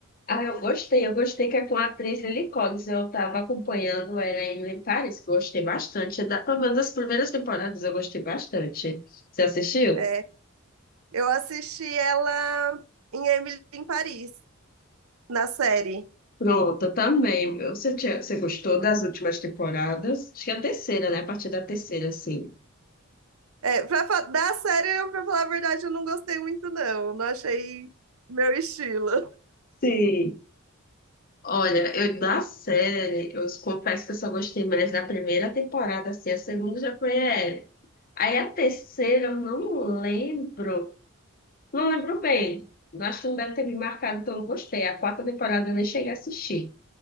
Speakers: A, on the left (about 45°); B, on the right (about 90°).
A: Ah, eu gostei, eu gostei que é com a atriz Lily Collins. Eu estava acompanhando ela em Paris, que eu gostei bastante. É Da, pelo menos das primeiras temporadas eu gostei bastante. Você assistiu?
B: É, eu assisti ela em Emily em Paris, na série.
A: Pronto, eu também. Eu- Você, tinha- você gostou das últimas temporadas? Acho que é a terceira, né? A partir da terceira, sim.
B: É, pra, fa- da série, eu, pra falar a verdade, eu não gostei muito, não. Não achei meu estilo.
A: Sim. Olha, eu da série, eu confesso que eu só gostei mais da primeira temporada, assim, a segunda já foi. é. Aí a terceira eu não lembro. Não lembro bem. Acho que não deve ter me marcado, então não gostei. A quarta temporada eu nem cheguei a assistir.